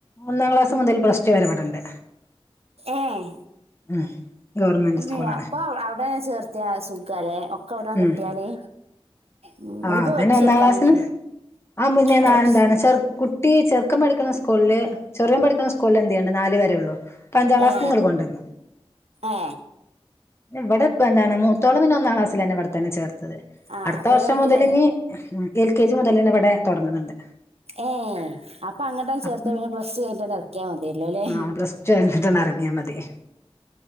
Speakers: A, on the left; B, on the right.
A: ഒന്നാം ക്ലാസ് മുതൽ പ്ലസ് ടു വരെ ഇവിടണ്ട്
B: ഏഹ്
A: ഉം ഗവൺമെന്റ് സ്കൂളാണ്
B: ഇ അപ്പൊ അവിടെന്ന ചേർത്തിയ സുഖല്ലേ ഒക്കെ അവിടന്ന
A: ഉം
B: കിട്ടിയാല് ഉം,
A: ആഹ്
B: ഇനിയിപ്പോ
A: അതന്നെ
B: വെട്ടി
A: ഒന്നാം
B: ചേർത്താനൊന്നുമില്ല
A: ക്ലാസ്സിന് അമ്മ
B: വെട്ടി
A: എന്താണ്
B: ച്-
A: ചെറ കുട്ടി ചെറുക്കം പഠിക്കുന്ന സ്കൂളിൽ ചെറും പഠിക്ക സ്കൂളിൽ എതുണ്ട് നാലല് വരെ ഉള്ളൂ പഞ്ചാലസങ്ങൾ
B: ഏ
A: കൊണ്ടന്നു
B: ഏ
A: ഇവിടെ ഇ എന്താണ് മത്തോളിന് ഒന്നാം ക്ലാസിലന്ന ഇവിടെത്തന്നെ ചേർത്തത്
B: ആഹ്
A: അടുത്ത
B: അപ്പ
A: വർഷം
B: ഞാ വട്ടിൽ
A: മുതലിനി
B: ചേർ
A: എൽ കെ ജി മുതലന്ന ഇവിടെ തുടങ്ങുന്നുണ്ട്
B: ഏഹ് അപ്പൊ അങ്ങനട്ട ചേർത്ത
A: അപ്പം
B: പിന്നെ പ്ലസ് ടു കഴിഞ്ഞട്ട് എക്കാൻ മതില്ലല്ലേ
A: ആഹ് പ്ലസ് ടു കഴിഞ്ഞിട്ടൊന്ന് ഇറങ്ങിയാൽ മതി